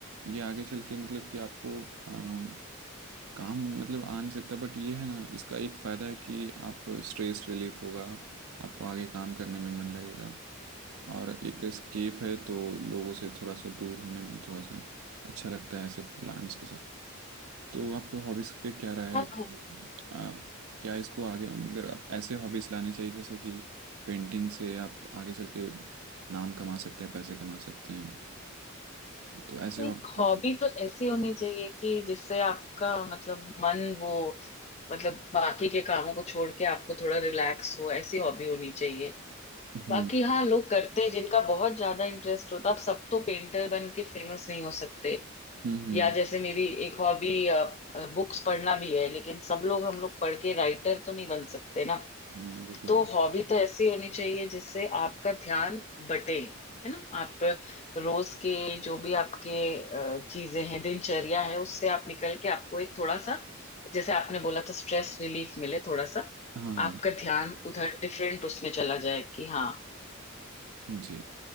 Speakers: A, on the right; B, on the left.
A: ये आगे चल के मतलब कि आपको अम, काम मतलब आ नहीं सकता बट ये है ना इसका एक फ़ायदा है कि आप स्ट्रेस रिलीफ होगा आपको आगे काम करने में मन लगेगा और एक स्केप है तो लोगों से थोड़ा सा दूर होने में थोड़ा सा अच्छा लगता है ऐसे प्लान्स के साथ तो आपके हॉबीज पे क्या राय
B: हाँ,
A: है कि आ, क्या इसको आगे अगर ऐसे हॉबीज लाने चाहिए जैसे कि पेंटिंग से आप आगे चल के नाम कमा सकते हैं पैसे कमा सकते हैं तो ऐसे हॉबी
B: एक हॉबी तो ऐसी होनी चाहिए कि जिससे आपका मतलब मन वो मतलब बाकी के कामों को छोड़ के आपको थोड़ा रिलैक्स हो ऐसी हॉबी होनी चाहिए
A: हम्म
B: बाकी हाँ लोग करते हैं जिनका बहुत ज्यादा इंटरेस्ट होता है अब सब तो पेंटर बन के फेमस नहीं हो सकते
A: हम्म हम्म,
B: या जैसे मेरी एक हॉबी बुक्स पढ़ना भी है लेकिन सब लोग हम लोग पढ़ के राइटर तो नहीं बन सकते ना
A: हाँ वो भी
B: तो
A: है
B: हॉबी तो ऐसी होनी चाहिए जिससे आपका ध्यान बटे है ना आप रोज के जो भी आपके अ, चीजें हैं दिनचर्या है उससे आप निकल के आपको एक थोड़ा सा जैसे आपने बोला था स्ट्रेस रिलीफ मिले थोड़ा सा
A: हाँ हाँ
B: आपका ध्यान उधर डिफरेंट उसमें चला जाए कि हाँ
A: जी